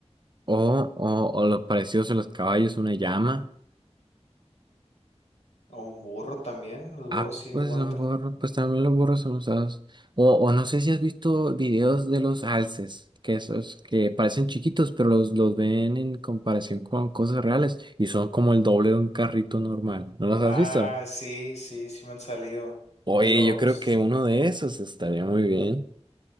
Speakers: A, on the right; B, on the left.
A: O, o, o lo precioso, de los caballos, una llama.
B: O un burro también. Los burros
A: Ah,
B: sí aguantan.
A: pues a lo mejor, pues también los burros son usados. O, o no sé si has visto videos de los alces, que esos que parecen chiquitos, pero los, los ven en comparación con cosas reales y son como el doble de un carrito normal. ¿No los
B: Ah,
A: has visto?
B: sí, sí, sí me han salido.
A: Oye,
B: De los.
A: yo creo que uno de esos estaría muy bien.